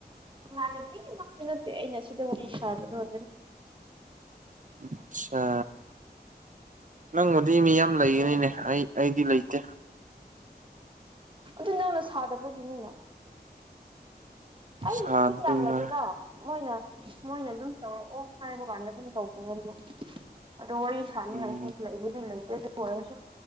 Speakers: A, on the right; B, on the right.
A: ꯏꯃꯥꯟꯅꯕꯤꯒꯤꯃꯛꯇ ꯅꯠꯇꯦ ꯑꯩꯅ ꯁꯤꯗ ꯋꯥꯔꯤ ꯁꯥꯕꯗꯣ <unintelligible>
B: ꯑꯠꯁꯥ ꯅꯪꯕꯨꯗꯤ ꯃꯤ ꯌꯥꯝ ꯂꯩꯒꯅꯤꯅꯦ
A: ꯑꯩꯒ ꯋꯥꯔꯤ
B: ꯑꯩ ꯑꯩꯗꯤ ꯂꯩꯇꯦ
A: ꯑꯗꯨ ꯅꯪꯅ ꯁꯥꯗꯕꯒꯤꯅꯤꯅ ꯑꯩꯒꯤꯁꯨ
B: ꯁꯥꯗꯕꯩ
A: ꯃꯤ ꯌꯥꯝ
B: ꯉꯥꯏ
A: ꯂꯩꯇꯦꯗꯥ ꯃꯣꯏꯅ ꯃꯣꯏꯅ ꯑꯗꯨꯝ ꯇꯧꯔꯛꯑꯣ ꯍꯥꯏꯕ ꯀꯥꯟꯗ ꯑꯗꯨꯝ ꯇꯧꯕꯋꯅꯤ ꯑꯗꯣ ꯋꯥꯔꯤ ꯁꯥꯅꯤꯡꯉꯥꯏ
B: ꯎꯝ
A: ꯁꯨꯝ ꯂꯩꯕꯨꯗꯤ ꯂꯩꯇꯦ ꯑꯣꯏꯔꯁꯨ